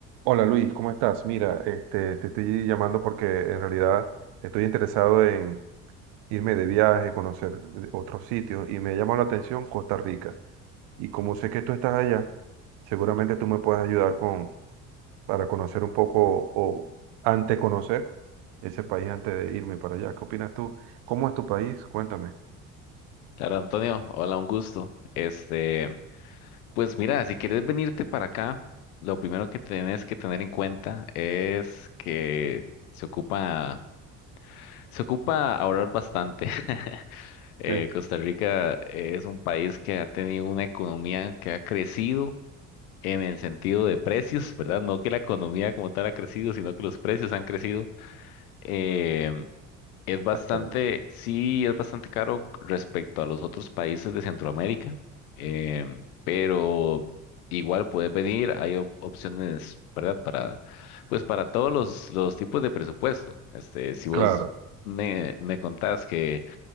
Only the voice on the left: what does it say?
Claro, Antonio, hola, un gusto. Este, pues mira, si quieres venirte para acá, lo primero que tienes que tener en cuenta es que se ocupa, se ocupa ahorrar bastante. <laughs> Eh,
Costa Rica es un país que ha tenido una economía que ha crecido en el sentido de precios, ¿verdad? No que la economía como tal ha crecido, sino que los precios han crecido. Eh, es bastante,
sí, es bastante caro respecto a los otros países de Centroamérica, em, pero igual puedes venir, hay op- opciones, ¿verdad? Para, pues para todos los, los tipos de presupuesto. Este, si vos
me, me contás que